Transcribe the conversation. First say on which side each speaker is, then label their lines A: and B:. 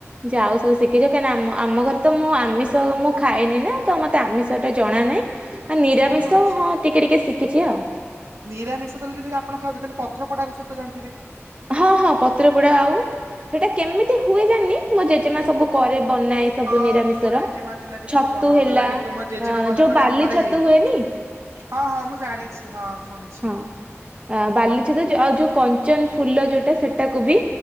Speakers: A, on the right (about 25°); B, on the right (about 75°).
A: ଯାହଉ ସବୁ ଶିଖିଛ କାହିଁକିନା ଆମ ଆମ ଘରେ ତ ମୁଁ ଆମିଷ ମୁଁ ଖାଇନି ନା ତ ମତେ ଆମିଷ ଟା ଜଣା ନାହିଁ। ହଁ ନିରାମିଷ
B: ଓହୋ ଆଚ୍ଛା।
A: ହଁ ଟିକେ ଟିକେ ଶିଖିଛି ଆଉ।
B: ନିରାମିଷ ତାହା ଲେ ଯଦି ଆପଣ ଖାଉଥିବେ ତାହେଲେ ପତ୍ର ପୋଡା ବିଷୟ ତ ଜାଥିବେ।
A: ହଁ ହଁ ପତ୍ରପୋଡା ଆଉ ସେଟା କେମିତି ହୁଏ? ଜାଣିନୀ ମୋ ଜେଜେମା ସବୁ କରେ ବନାଏ। ସବୁ
B: ହଁ
A: ନିରାମିଷର
B: ମୋ ଜେଜେମା ଥିଲା ବି
A: ଛତୁ
B: ସବୁ ବନଉଥିଲା
A: ହେଲା
B: କିନ୍ତୁ ମୁଁ ଜେଜେମା
A: ଅ
B: ଗଲା
A: ଯୋଉ
B: ପରେ
A: ବାଲି
B: ଆମ ଘରେ
A: ଛତୁ
B: ହେଇନି।
A: ହୁଏନି
B: ହଁ ହଁ ମୁଁ ଜାଣିଛି ହଁ ଶୁଣିଛି।
A: ଆଁ ବାଲିଛେତୁ ଯ ଆଉ ଯୋଉ କଞ୍ଚନ ଫୁଲ ଯୋଉଟା ସେଟାକୁ ବି।